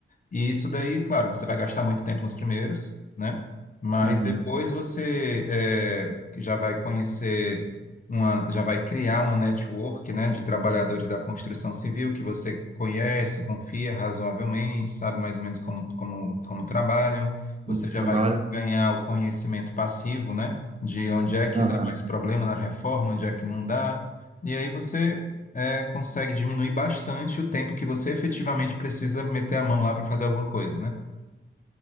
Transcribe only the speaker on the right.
Uhum.
Muito
Trabalho.
Aham.